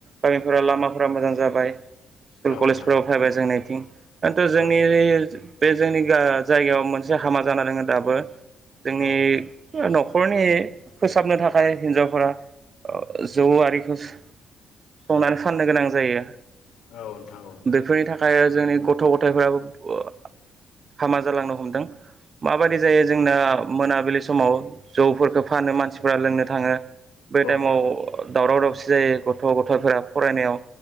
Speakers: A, on the right; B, on the left.
A: गामिफोरा लामाफोरा मोजां जाबाय <inaudible> स्कुल
B: औ नोंथां
A: कलेजफोराव फैबाय जोंनि थिन दाथ जोंनि
B: औ
A: बे जोंनि जायगायाव मोनसे हामा जाना दोङो दाबो जोंनि
B: औ
A: नखर नखरनि फोसाबनो थाखाय हिनजावफोरा जौ ओ आरिखौ संनानै फाननो गोनां जायो
B: औ नोंथां औ
A: बेफोरनि थाखाय जोंनि गथ गथायफोराबो हामा जालांनो हमदों माबायदि जायो जोंना मोनाबिलि समाव जौफोरखौ फानो मानसिफोरा लोंनो थाङो बेै
B: औ
A: टाइमाव
B: नोंथां
A: दावराव दावसि जायो गथ गथायफोरा फरायनायाव